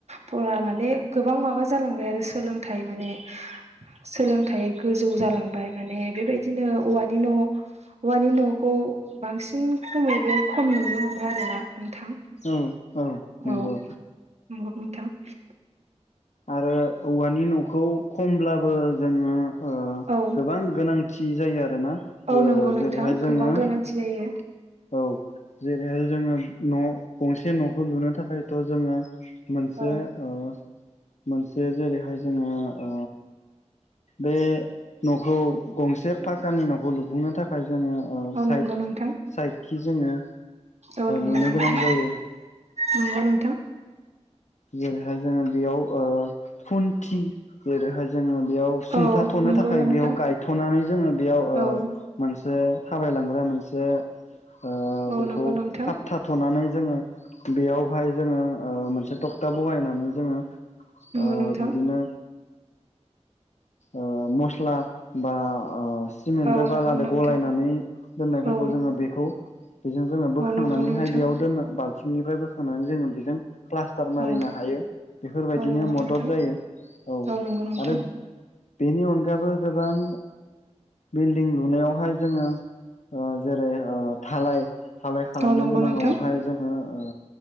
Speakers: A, on the right; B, on the left.
A: फरा माने गोबां माबा जालांबाय आरो सोलोंथाइ माने सोलोंथाइ गोजौ जालांबाय माने बेबायदिनो औवानि न' औवानि न'खौ बांसिन खमैबो खम नुनो मोनो आरोना नोंथां ।
B: औ औ नंगौ
A: औ नंगौ नोंथां ।
B: आरो औवानि न'खौ खमब्लाबो जोङो ओ
A: औ
B: गोबां गोनांथि जायो आ रोना
A: औ नंगौ नोंथां
B: जेरैहाय जोङो
A: गोबां गोनांथि जायो
B: औ जेरैहाय जोङो न' गंसे न'खौ लुनो थाखायथ' जोङो मोनसे
A: औ
B: ओ मोनसे जेरैहाय जोङो ओ बे न'खौ गंसे पाकानि न'खौ लुफुंनो थाखाय जोङो
A: औ
B: साइद
A: नंगौ नोंथां
B: साइडखि जोङो
A: औ नंगौ
B: लुनो
A: नोंथां
B: गोनां जायो ।
A: नंगौ नोंथां।
B: जेरैहाय जोङो बेयाव ओ खुन्थि जेरैहाय जोङो बेयाव सुंथाथ'नो
A: औ नंगौ
B: थाखाय
A: नोंथां
B: बेयाव गायथ'नानै जोङो बेयाव ओ
A: औ
B: मोन से थाबाय लांग्रा मोनसे ओ
A: औ
B: बेखौ
A: नंगौ नोंथां
B: खाबथा थ'नानै जोङो बेयावहाय जोङो मोनसे ओ तकथा बहायनानै जोङो
A: नंगौ
B: ओ
A: नोंथां
B: बिदिनो ओ मस्ला बा अ सिमेनदो
A: औ
B: बालादो
A: नंगौ नोंथां
B: गलायनानै दोननायफोरखौ
A: औ
B: जोङो बेखौ बेजों जोङो बोखांनानैहाय
A: औ नंगौ नोंथां
B: बेयाव दोनो बाल्थिंनिफ्राय बोखांनानै जोङो बेजों प्ला सटार मारिनो
A: औ
B: हायो । बेफोरबायदिनो
A: औ नंगौ
B: मदद
A: नोंथां
B: जायो औ
A: नंगौ नोंथां
B: आरो बेनि अन गाबो गोबां बिल्डिं लुनायावहाय जोङो ओ जेरै ओ धालाय धालाय खालामनो
A: औ नंगौ
B: गोनाङावहाय
A: नोंथां
B: जोङो ओ